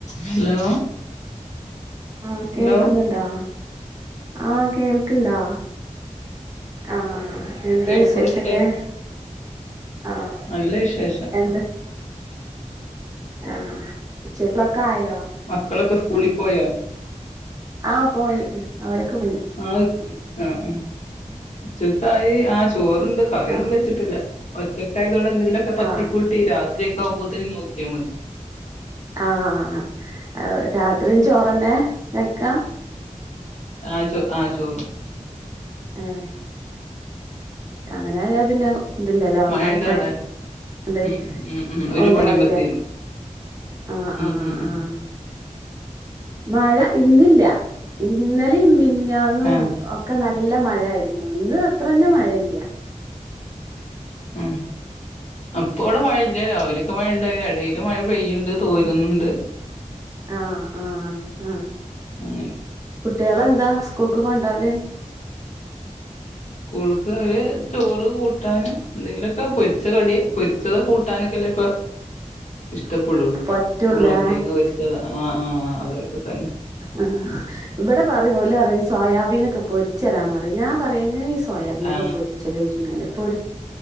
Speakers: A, on the left; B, on the right.
A: ഹലോ
B: ആഹ് കേൾക്കുന്നുണ്ടോ
A: ഹലോ
B: ആഹ് കേൾക്കുണ്ടോ ആഹ് എന്താ
A: കേൾക്കുന്നുണ്ട്
B: വിശേഷൊക്കെ ആഹ്
A: നല്ല വിശേഷം
B: എന്ത് ആഹ് ഉച്ചക്കലേക്ക് ആയോ
A: മക്കളൊക്കെ സ്കൂളിൽ പോയോ
B: ആഹ് പോയി അവരൊക്കെ പോയി
A: ആഹ് ആഹ് ഉച്ചക്കായി ആഹ് ചോറുണ്ട് കറിയൊന്നും
B: ആ
A: വെച്ചിട്ടില്ല ഒറ്റ ക്കായതോണ്ട് എന്തെങ്കിലൊക്കെ തട്ടിക്കൂട്ടി
B: ആ
A: രാത്രി ഒക്കെ ആവുമ്പോത്തേക്ക് നോക്കിയാൽ മതി
B: ആഹ് രാത്രിയും ചോറന്നെ കഴിക്കുക
A: ആഹ് ചോ ആഹ് ചോറ്
B: ആഹ് അങ്ങനായാ പിന്നെ ഇതില്ലല്ലേ ഒന്നായിട്ട്ണ്ട്
A: മഴയുണ്ടോ അവിടെ ഉം ഉം ഉം ഒരു
B: ഒന്ന്
A: പണിയുമ്പോ
B: മതില്ലേ
A: തീരും
B: ആഹ്
A: ഉം
B: ആഹ്
A: ഉം ഉം
B: ആഹ് മഴ ഇന്നില്ല ഇന്നെലേം മിനിഞ്ഞാന്നും
A: ആഹ്
B: ഒക്കെ നല്ല മഴ ആയിരുന്നു ഇന്ന് അത്ര തന്നെ മഴയില്ല
A: ഉം അപ്പ ഇവിടെ മഴയില്ല രാവിലെയൊക്കെ മഴണ്ട് എടേൽ മഴ പെയ്യുണ്ട് തോരുന്നുണ്ട്
B: ആഹ് ആഹ് ആഹ്
A: അങ്ങനെ
B: കുട്ടികളെന്താ സ്കൂൾക്ക് കൊണ്ടോല്
A: സ്കൂൾക്ക് ഓര് ചോറ് കൂട്ടാന് എന്തെങ്കിലൊക്കെ പൊരിച്ച കടി പൊരിച്ചത് കൂട്ടാനൊക്കെല്ലേ ഇപ്പൊ ഇഷ്ടപ്പെടൊള്ളു
B: പറ്റുള്ളേ
A: ഉരുളകിഴങ്ങ് പൊരിച്ചത് ആഹ് ആഹ് അതൊക്കെ തന്നെ
B: അ ആഹ്
A: ഉം
B: ഇബടെ പറയും ഓല് അറിയും സോയാബീനൊക്കെ പൊരിച് തരാൻ പറയും ഞാൻ പറയും എങ്ങനെ ഈ സോയാബീനക്കെ
A: ആ
B: പൊരി ച്ചലോയിച്ചു ഞാന് പൊരി